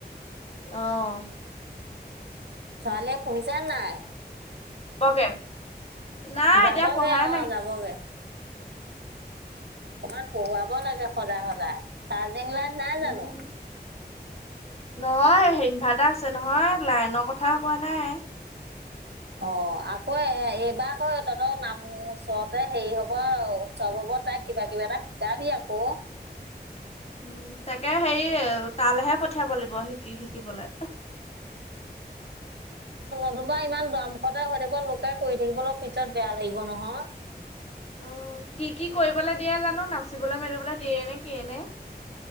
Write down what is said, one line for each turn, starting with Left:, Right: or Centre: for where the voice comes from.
Left: অ'।
Right: ছোৱালীয়ে পঢ়িছে নে নাই?
Left: কে নাই
Right: যাবগে
Left: এতিয়া পঢ়াই
Right: অ',
Left: নাই।
Right: যাবগে অকমান পঢ়োৱাব লাগে সদায়, সদায় চাৰ্জিং লাইট নাই
Left: উম
Right: জানো?
Left: নহয় ইনভাৰ্টাৰ আছে নহয়, লাইনৰ কথা কোৱা নাই।
Right: অ', আকৌ এইবাৰ আকৌ তহঁতৰ নাম ওচৰতে হেৰি হব উৎসৱ হব। তাইক কিবা কিবি এটা শিকাবি আকৌ।
Left: উম, তাকে হেৰি তালেহে পঠিয়াব লাগিব শিকি- শিকিবলৈ।
Right: <inaudible> নহ'বা ইমান দুৱামুখতেই হৈ থাকিব, লোকে কৰি থাকিবলৈ পিছত বেয়া লাগিব নহয়।
Left: অ', কি, কি কৰিবলৈ দিয়ে জানো নাচিবলৈ মেলিবলৈ দিয়ে নে কিয়ে নে।